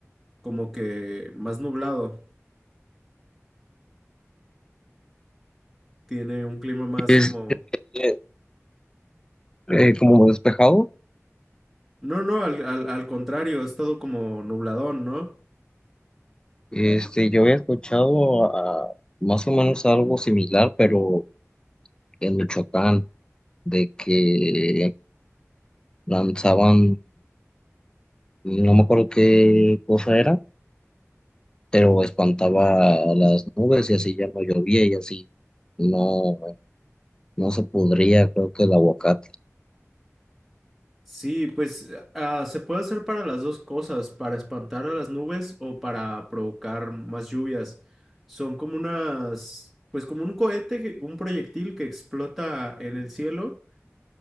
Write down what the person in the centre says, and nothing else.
como que más nublado, tiene un clima más
como...
No, no, al, al, al contrario, ha estado como nubladón, ¿no?
Sí, pues ah, ah, se puede hacer para las dos cosas, para espantar a las nubes o para provocar más lluvias. Son como unas, pues como un cohete, que- un proyectil que explota en el cielo